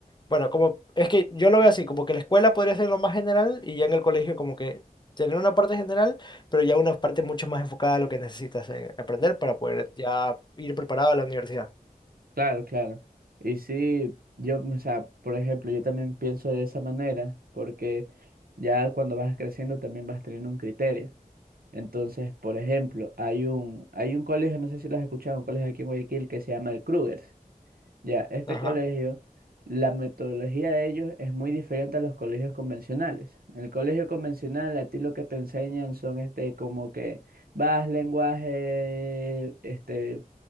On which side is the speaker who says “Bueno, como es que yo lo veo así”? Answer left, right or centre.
Left